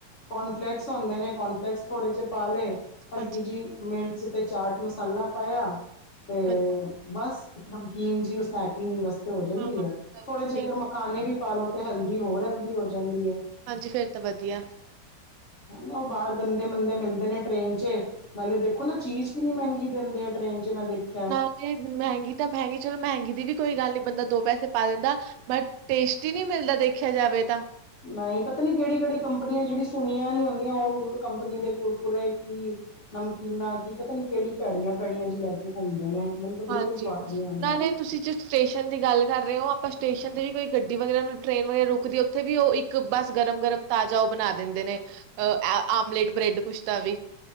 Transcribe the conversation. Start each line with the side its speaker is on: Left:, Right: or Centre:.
Left: ਕੋਨਫਲੈਕਸ ਹੁੰਦੇ ਨੇ, ਕੋਨਫਲੈਕਸ ਥੋੜੇ ਜਿਹੇ ਪਾ ਲਏ ਹਲਕੀ
Right: ਹਾਂਜੀ,
Left: ਜਿਹੀ ਮਿਰ ਜਿੱਥੇ ਚਾਟ ਮਸਾਲਾ ਪਾਇਆ। ਹੂੰ
Right: ਅੱਛਾ
Left: ਬਸ ਇੱਕ ਨਮਕੀਨ ਜਿਹੀ ਸਨੈਕਿੰਗ ਵਾਸਤੇ ਹੋ ਜਾਂਦੀ
Right: ਹਾਂ ਹਾਂ,
Left: ਐ ਥੋੜੇ ਜਿਹੇ
Right: ਠੀਕ
Left: ਅਗਰ ਮ ਮਖਾਣੇ
Right: ਆ,
Left: ਵੀ ਪਾ ਲੋ ਤੇ ਹੈਲਦੀ ਹੋਰ ਹੈਲਦੀ ਹੋ ਜਾਂਦੀ ਏ।
Right: ਹਾਂਜੀ ਫੇਰ ਤਾਂ ਵਧੀਆ
Left: ਉਹ ਬਾਹਰ ਗੰਦੇ -ਮੰੰਦੇ ਮਿਲਦੇ ਨੇ ਟ੍ਰੇਨ 'ਚ ਨਾਲੇ ਦੇਖੋ ਨਾ ਚੀਜ਼ ਕਿੰਨੀ ਮਹਿੰਗੀ ਦਿੰਦੇ ਆ ਟ੍ਰਰੇਨ 'ਚ ਮੈਂ ਦੇਖ
Right: ਨਾ ਜੇ ਮਹਿੰਗੀ ਤਾਂ ਮਹਿੰਗੀ ਚਲੋ ਮਹਿੰਗੀ ਦੀ ਵੀ ਕੋਈ ਗੱਲ ਨਹੀਂ ਬੰਦਾ ਦੋ ਪੈਸੇ ਪਾ ਦਿੰਦਾ। ਬਟ ਟੇਸਟੀ ਨਹੀਂ ਮਿਲਦਾ ਦੇਖਿਆ ਜਾਵੇ ਤਾਂ
Left: ਨਹੀਂ ਪਤਾ ਨੀ ਕਿਹੜੀ- ਕਿਹੜੀ ਕੰਪਨੀਆਂ ਜਿਹੜੀ ਸੁਣੀਆਂ ਨੀ ਹੁੰਦੀਆਂ ਉਸ ਕੰਪਨੀ ਦੇ ਕੁਰਕੁਰੇ ਕੀ ਨਮਕੀਨਾ ਕੀ ਪਤਾ ਨੀ ਕਿਹੜੀ ਭੈੜੀਆਂ- ਭੈੜੀਆਂ ਜੀ ਲੈ ਕੇ ਘੁੰਮਦੇ ਨੇ ਮੈਨੂੰ ਤਾਂ ਬਿਲਕੁਲ
Right: ਹਾਂਜੀ।
Left: ਸਵਾਦ ਨੀ ਆਉਂਦਾ।
Right: ਨਾਲੇ ਤੁਸੀਂ ਜਿਸ ਸਟੇਸ਼ਨ ਦੀ ਗੱਲ ਕਰ ਰਹੇ ਓ ਆਪਾਂ ਸਟੇਸ਼ਨ ਤੇ ਵੀ ਕੋਈ ਗੱਡੀ ਵਗੈਰਾ ਟ੍ਰੇਨ ਵਗੈਰਾ ਰੁਕਦੀ ਉੱਥੇ ਵੀ ਉਹ ਇੱਕ ਬਸ ਗਰਮ -ਗਰਮ ਤਾਜ਼ਾ ਉਹ ਬਣਾ ਦਿੰਦੇ ਨੇ ਅ ਆਮਲੇਟ ਬ੍ਰੈਡ ਕੁਛ ਤਾ ਵੀ